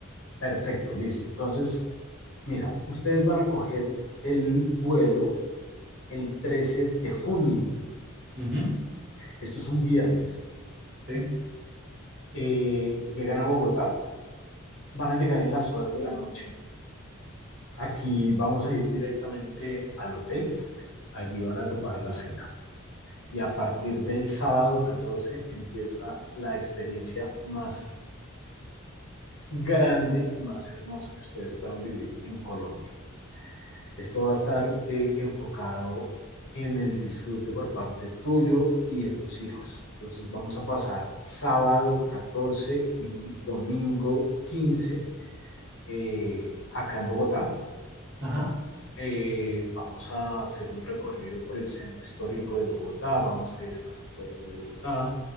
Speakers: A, on the left; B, on the right.
A: perfecto, listo. Entonces, mira, ustedes van a coger el vuelo el 13 de junio.
B: Ujú,
A: Esto es un viernes.
B: Sí,
A: Eh, llegan a Bogotá, van a llegar en las horas de la noche. Aquí vamos a ir directamente al hotel. Allí van a tomar la cena. y a partir del sábado 14 empieza la experiencia más grande y más hermosa que ustedes puedan vivir en Colombia. Esto va a estar eh, enfocado en el disfrute por parte tuyo y de tus hijos. Entonces vamos a pasar sábado 14 y domingo 15 eh, acá en Bogotá.
B: ajá.
A: eh, vamos a hacer un recorrido por el centro histórico de Bogotá, vamos a ir a las afueras de Bogotá,